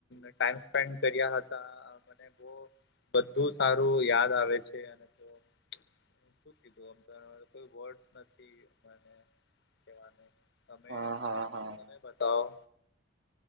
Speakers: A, on the left (about 60°); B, on the right (about 70°).
A: ટાઈમ સ્પેન્ડ કર્યા હતા મ- - બધું સારું યાદ આવે છે અને તો- - કીધું અમ કોઈ વર્ડ- - નથી મને કેવા નો તમે
B: હા હા હા
A: તમે બતાવો?